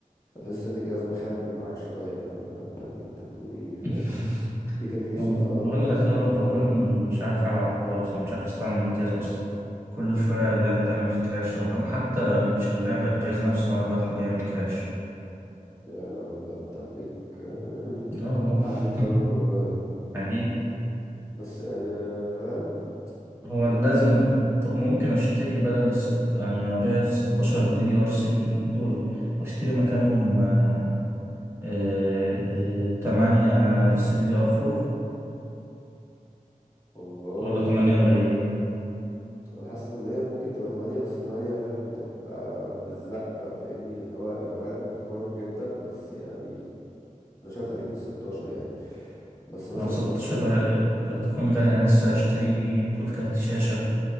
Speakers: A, on the left (about 20°); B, on the right (about 15°).
A: تحس ان الجهاز مخمل معاك شويه فاهم اللي هو انت انت بتقول ايه فاهم
B: <laughs>
A: في كالكليشنز
B: بقول
A: غلط بتحصل
B: لك اه
A: وفي
B: بكون
A: مواويل
B: مش عارف ألعب خالص ومش عارف أستعمل الجهاز أصلا كل شوية اللعبة تعمل كراش أو حتى مش اللعبة الجهاز نفسه وأنا فاتحه بيعمل كراش
A: يا لهوي ده انت هتلاقيك <laughs>
B: لا والله
A: متعذب
B: <laughs>
A: بسبب الموضوع ده
B: حقيقي
A: بس يعني فاهم
B: هو
A: يعني
B: لازم
A: بص
B: طب ممكن اشتري بدل الست يعني ابيع ال 16 دي دي ار 3 دي دول واشتري مكانهم آه، آه، آه، 8 بس دي دي ار 4
A: والله
B: ولا 8 قليلين
A: انا حاسس ان هي ممكن تبقى تمانية بس تمانية فاهم بتبقى بالزق بقى فاهمني يعني اللي هو بيبقى فرق متقارب جدا بس يعني انا شايف خليك في الستاشر يعني بس مثلا
B: آه، 16
A: انت ممكن
B: هي- هتكون غالية انا لسه هشتري بتقول كارت شاشة